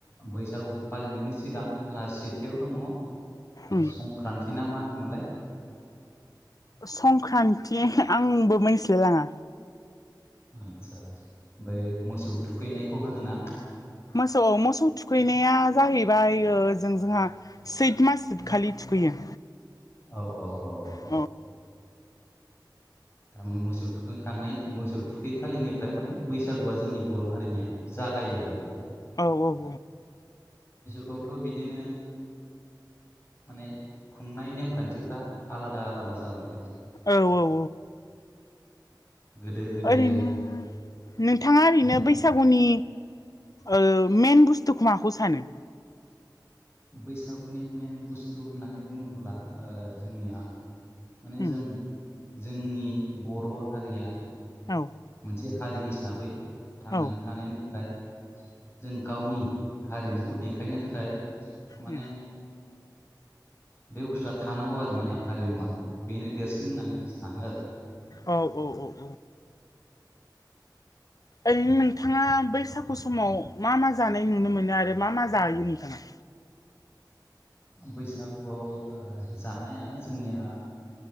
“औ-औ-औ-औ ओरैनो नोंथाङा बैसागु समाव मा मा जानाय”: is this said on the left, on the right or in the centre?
Left